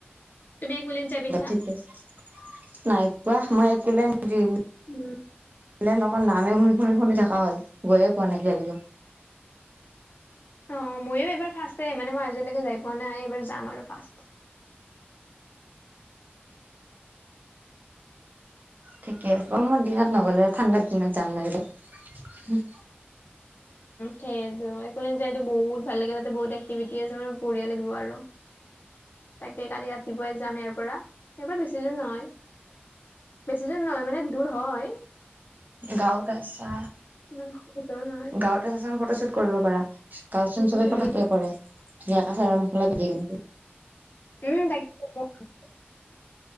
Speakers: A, on the left (about 55°); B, on the right (about 45°).
A: তুমি একোলেন যাই পাইছা?
B: <unintelligible> নাই পোৱা মই এক দিম।
A: উম।
B: একলেন নামেই শুনি শুনি শুনি থকা হল গৈয়ে পোৱা নাই একালৈকে।
A: অ' মইয়ো এইবাৰ ফাষ্ট মানে মই আজিলৈকে যাই পোৱা নাই এইবাৰ যাম আৰু ফাষ্ট।
B: ঠিকে আছে গৰমৰ দিনত নগলে ঠাণ্ডাৰ দিনত যাম নেকি
A: সেইো একোলে যাই বহুত ভাল লাগে তাতে বহুত এক্টিভিটি আছে মানে বঢ়িয়া লাগিব আৰু তাকে কালি ৰাতিপুৱাই যাম ইয়াৰ পৰা, ইয়াৰ পৰা বেছি দোৰ নহয়। বেছি দূৰ নহয় মানে দূৰ হয়
B: গাঁৱত আছা
A: ইমান ওচৰো নহয়
B: গাঁৱতে চচ ফটোশ্বুট কৰিব পাৰা গাঁ চ চবে
A: উম
B: ফটো কৰে চাৰৰ মাখেলাই পিধি কিনি
A: উম' তাকে <unintelligible>